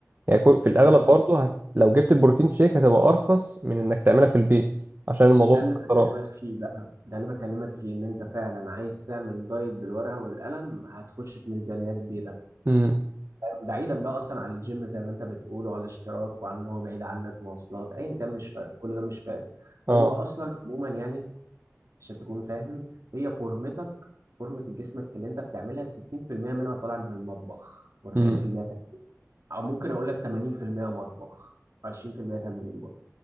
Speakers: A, on the right; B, on the right.
A: يعني كل- في الأغلب
B: بالظبط
A: برضه هت... لو جبت البروتين شيك هتبقى أرخص من إنك تعملها في البيت عشان الموضوع
B: ده اللي
A: مكسرات
B: بكلمك فيه بقى ده اللي بكلمك فيه ان انت فعلا عايز تعمل دايت بالورقه والقلم هتخش في ميزانيه كبيره
A: امم
B: بعيدا بقى اصلا عن الجيم زي ما انت بتقول وعلى اشتراك وعن ان هو بعيد عنك مواصلات ايا كان مش فارق كل ده مش فارق
A: اه
B: هو اصلا عموما يعني عشان تكون فاهم هي فورمتك فورمة جسمك اللي انت بتعملها 60% منها طالع من المطبخ و40%
A: امم
B: ت- او ممكن اقول لك 80% مطبخ و20% تمرين برضه